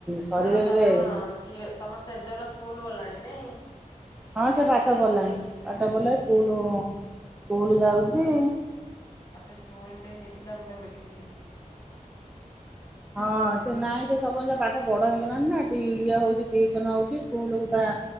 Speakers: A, in the centre; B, on the left (about 25°).
A: ଶରୀରରେ
B: ଆଉ ତମ ଝିଅ ତମ ସେଜଲ ସ୍କୁଲ ଗଲାଣି ନାଇଁ।
A: ହଁ ସେ ପାଠ ପଢିଲାଣି ପାଠ ପଢିଲା ସ୍କୁଲ ସ୍କୁଲ ଯାଉଛି।
B: ଆଉ ସେ ଚୁଇଁଟେ ହେଇଥିଲା ମୁଁ ତାକୁ ଦେଖିଥିଲି।
A: ହଁ ସେ ନାଇଁ ସେ ସବୁ ଜିନିଷ ପାଠ ବଡ ହେଇଗଲାଣି ନା ଇଏ ହଉଛି ଟିଉସନ ହଉଛି ସ୍କୁଲକୁ ଯା